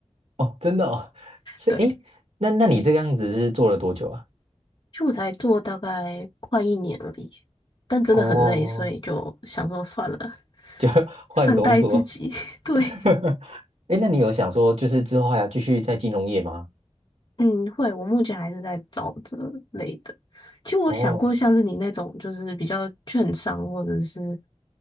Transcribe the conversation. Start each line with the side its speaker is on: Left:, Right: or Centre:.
Right: 哦，真的哦，是诶，
Left: 对，
Right: 那那你这个样子是做了多久啊？
Left: 就我才做大概快一年而已，但真的很累，
Right: 哦，
Left: 所以就想说算了，
Right: 就 <laughs> 换工作。
Left: 善待自己。<laughs> 对，
Right: <laughs> 诶，那你有想说，就是之后还要继续在金融业吗？
Left: 嗯，会，我目前还是在找这类的。其实我想过像是你那种，
Right: 哦。
Left: 就是比较券商或者是